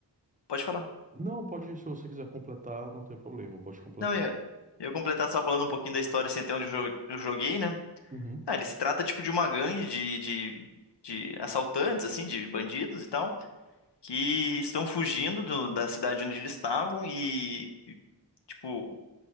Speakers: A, on the left; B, on the right.
A: pode falar.
B: Não, pode, se você quiser completar, não tem problema, pode completar.
A: Não, eu, ia eu ia completar só falando um pouquinho da história, assim, até onde eu jo- eu joguei, né?
B: Uhum.
A: Ah, ele se trata tipo de uma gangue de, de, de assaltantes, assim, de bandidos e tal, que estão fugindo do- da cidade onde eles estavam e, e, tipo,